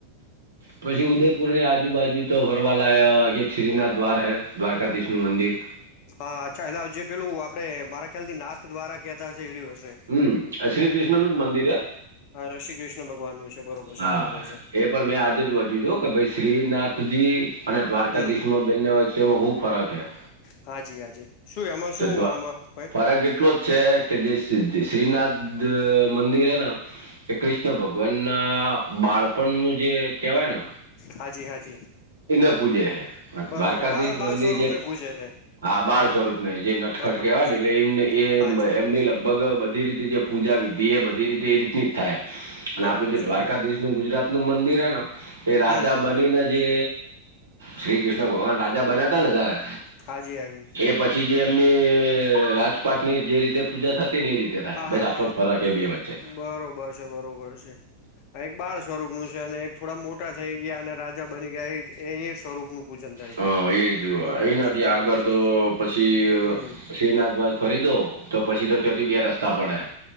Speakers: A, on the right; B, on the left.
A: પછી ઉદેપુર ની આજુબાજુ. તો ભરવાા એક શ્રીનાથ દ્વાર હૈ દ્વારકાધીષ્ણુ નુ મંદિર.
B: હા અચ્છા એટલે જે પેલું આપડે મારા ખ્યાલથી નાથ દ્વારા કહેતા હશે એ્યું હશે.
A: હમ શ્રી કૃષ્ણનું જ મંદિર હૈ.
B: હ શ્રી કૃષ્ણ ભગવાનનું છે. બરોબર છે
A: હા
B: બરોબર છે
A: એ પણ મેં આજે જ વાચુ છ કે ભાઈ શ્રીનાથજી. અને દ્વારકાધીશમાં
B: હમ
A: બનને હોય છે એમાં હુ ફરક હૈ.
B: હાજી હાજી. શું એમાં શું
A: તટવા
B: આમાં કઈ
A: ફરક એટલોજ છે. કે જે શ્રીનાથ મંદિર હૈ ને. કે કૃષ્ણ ભગવાનના બાળપણનું જે કહેવાય ને.
B: હાજી હાજી
A: એને પૂજે હૈ
B: બરોબર
A: દ્વારકાધીશ
B: બાળ બાળ
A: મંદિરજે.
B: સ્વરૂપ ને પૂજે છે
A: હા બાળ સ્વરૂપ ને જે નટખટ
B: બરોબર
A: કેવાય
B: છે
A: ને એટલે એમને એ
B: હાજી
A: એમ ન લ. લગભગ બધી રીતે જે પૂજા વિધિ એ બધી રીતે એ રીતની. થાય અને
B: બરોબર
A: આપડું જે
B: છે
A: દ્વારકાધીશ
B: બરોબર છે
A: નું ગુજરાત નું મંદિર હ એ રાજા
B: હમ
A: બનીને જે. શ્રી કૃષ્ણ ભગવાન રાજા બન્યા હતા ને જારે.
B: હાજી હાજી.
A: પછી જે એમની રાજપાટની જે રીતે પૂજા થતી. તેની રીતે થાય
B: હા
A: બસ
B: હા
A: આટલો જ ફરક છે બે વચ્ચે.
B: બરોબર છે બરોબર છે. એક બાળ સ્વરૂપ નું છે અને એક થોડા મોટા થઈ ગયા અને રાજા બની ગયા. સ્વરૂપનું પૂજન થાય
A: હા
B: છે.
A: એજ
B: બરોબર
A: એ નથી
B: છે બરોબર
A: આગળ
B: છે
A: તો પછી.
B: હમ હમ
A: શ્રીનાથ બાદ ફરી દો તો પછી તો ચોથી બે રસ્તા પડે.